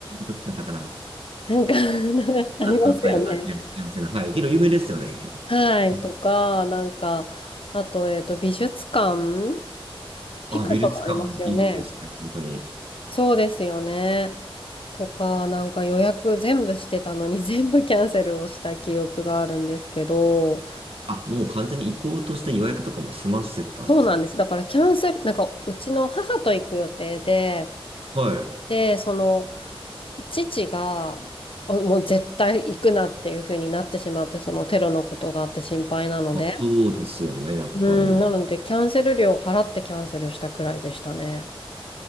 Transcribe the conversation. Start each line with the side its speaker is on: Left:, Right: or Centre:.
Right: だったかな。
Left: <laughs> なんか <laughs> ありますよね。
Right: だったような気がしますね。はい。けど有名ですよね。
Left: はい、
Right: あうん
Left: とか、なんか、あと、えっと、美術館、ピカソもありますよね。
Right: あ、美術館もいいですね。本当に。
Left: そうですよね。とか、なんか予約全部してたのに <laughs> 全部キャンセルをした記憶があるんですけど、
Right: あ、もう完全に移行として予約とかも済ませてたんですか
Left: そうなんです。だからキャンセル、なんかうちの母と行く予定で、
Right: はい。
Left: で、その父があもう絶対行くなっていう風になってしまって、そのテロのことがあって心配なので、
Right: まあ、そうですよね、やっぱり。
Left: うん、なのでキャンセル料を払ってキャンセルしたくらいでしたね。